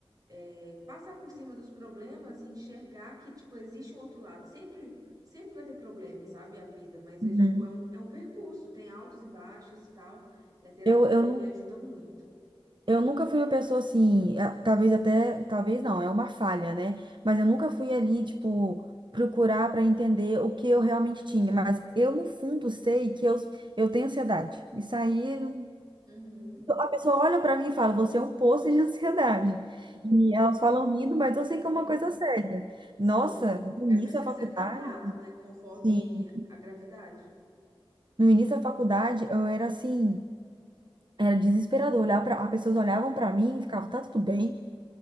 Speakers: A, on the right (about 40°); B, on the right (about 55°).
A: é, passar por cima dos problemas e enxergar que, tipo, existe um outro lado. Sempre, sempre vai ter problema, sabe? A vida, mas
B: Uhum.
A: é, tipo, é um, é um percurso, tem altos e baixos e tal. E a terapia
B: Eu, eu não.
A: me ajuda muito.
B: Eu nunca fui uma pessoa assim, a- talvez até, talvez não, é uma falha, né? Mas eu nunca fui ali, tipo, procurar para entender o que eu realmente tinha. Mas eu, no fundo, sei que eu, eu tenho ansiedade. Isso aí, não-
A: Uhum.
B: a pessoa olha para mim e fala, você é um poço de <laughs> ansiedade. E elas falam rindo, mas
A: Sim,
B: eu sei que é uma coisa séria. Nossa,
A: sim.
B: no
A: É
B: início
A: preciso
B: da faculdade,
A: ser tratado, né? Conforme
B: sim,
A: a gravidade.
B: no início da faculdade, eu era assim, era desesperador. Olhar para, as pessoas olhavam para mim e ficavam, tá tudo bem?